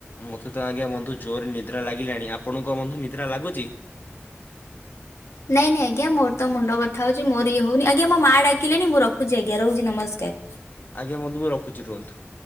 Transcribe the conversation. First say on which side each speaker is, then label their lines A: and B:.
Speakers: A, on the left; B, on the left.
A: ମତେ ତ ଆଜ୍ଞା ବନ୍ଧୁ ଜୋରରେ ନିଦ୍ରା ଲାଗିଲାଣି ଆପଣଙ୍କୁ ବନ୍ଧୁ ନିଦ୍ରା ଲାଗୁଛି।
B: ନାଇଁ, ନାଇଁ, ଆଜ୍ଞା, ମୋରତ ମୁଣ୍ଡ ବଥା ହଉଛି ମୋ ଇଏ ହଉନି, ଆଜ୍ଞା ମୋ ମା, ଡାକିଲେଣି ମୁଁ ରଖୁ ଖୁଛି ଆଜ୍ଞା ରହୁଛି ନମସ୍କାର।
A: ଆଜ୍ଞା, ବନ୍ଧୁ ମୁଁ ରଖୁଛି ରୁହନ୍ତୁ।